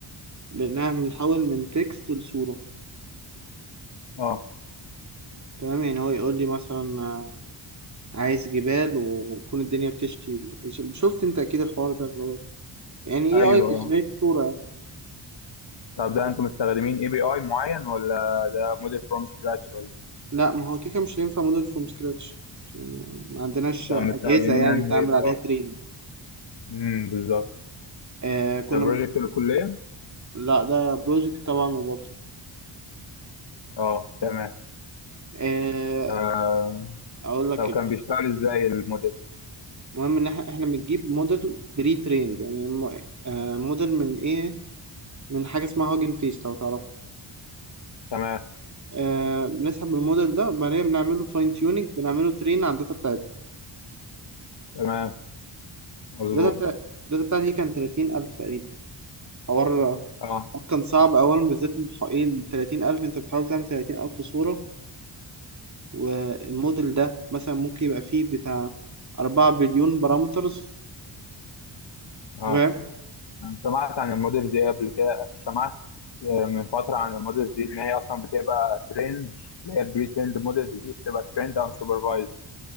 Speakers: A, on the right; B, on the left.
A: بنعمل بنحول من تكست لصورة
B: اه
A: تمام يعني هو يقول لي مثلا آه، عايز جبال وتكون الدنيا بتشتي ش- شفت انت اكيد الحوار ده اللي هو يعني ايه
B: ايوه
A: اي بيجنريت
B: اه
A: صورة يعني.
B: طب ده انتوا مستخدمين اي بي اي معين ولا ده موديل فروم سكراتش ولا إيه؟
A: لا ما هو كيكه مش هينفع موديل فروم سكراتش ما عندناش
B: طب
A: أجهزة
B: مستخدمين
A: يعني
B: انهي
A: تعمل
B: اي بي
A: عليها
B: اي؟
A: تريننج
B: امم بالظبط
A: آه كنا
B: ده بروجكت الكلية؟
A: لا ده بروجكت طبعا مبالغ
B: اه تمام
A: آه
B: آه.
A: اقول لك
B: طب كان بيشتغل ازاي الموديل؟
A: المهم ان احنا إحنا بنجيب موديل بري تريند يعني م- آه، موديل من ايه من حاجه اسمها هوجن فيس لو تعرفه
B: تمام
A: آه، بنسحب الموديل ده وبعدين بنعمله فاين تيوننج بنعمله ترين على الداتا بتاعتي
B: تمام مظبوط
A: الداتا بتاع- الداتا بتاعتي كان 30000 تقريبا حوار
B: اه
A: كان صعب اولا بالذات ان حق- ايه ال 30000 انت بتحاول تعمل 30000 صوره والموديل ده مثلا ممكن يبقى فيه بتاع 4 بليون بارامترز
B: اه
A: فاهم
B: انا سمعت عن الموديل دي قبل كده سمعت آه، من فترة عن الموديلز دي إن هي أصلا بتبقى ترند اللي هي البري ترند موديلز دي بتبقى ترند أنسوبرفايزد